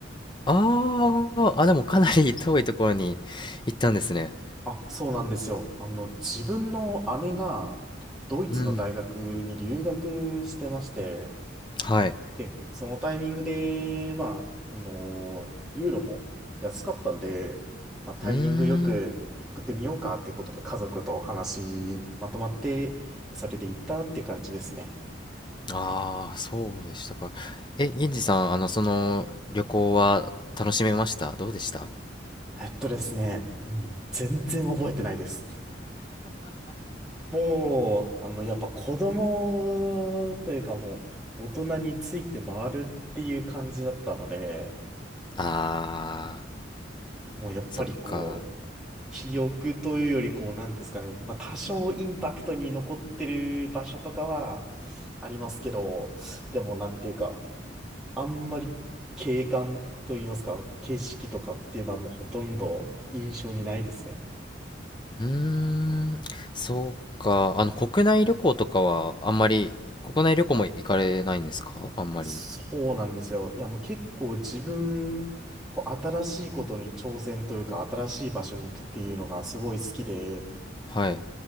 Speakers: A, on the left; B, in the centre.
A: あー、あ、でもかなり遠いところに行ったんですね。
B: あ、そうなんですよ。あの、自分の姉がドイツの大学に留学してまして、
A: うん、はい。
B: で、そのタイミングで、まあ、あのーユーロも安かったんで、まあ、タイミングよく行ってみようかってことで家族と話まとまって、
A: うーん。
B: でそれで行ったって感じですね。
A: ああ、そうでしたか。え、銀次さん、あの、その、旅行は楽しめましたどうでした
B: えっとですね、うん、全然覚えてないです。もう、あの、やっぱ子供というかもう大人について回るっていう感じだったので、
A: ああ
B: もうやっぱりこう、
A: ー、そっか。
B: 記憶というより、こう、なんていうんですかね、まあ、多少インパクトに残ってる場所とかはありますけど、でも、なんていうか、あんまり景観といいますか、景色とかっていうのはもうほとんど印象にないですね。
A: うーん、そうか。あの、国内旅行とかは、あんまり、国内旅行も行かれないんですかあんまり。
B: そうなんですよ。いや、もう結構自分、こう、新しいことに挑戦というか、新しい場所に行くっていうのがすごい好きで、
A: はい。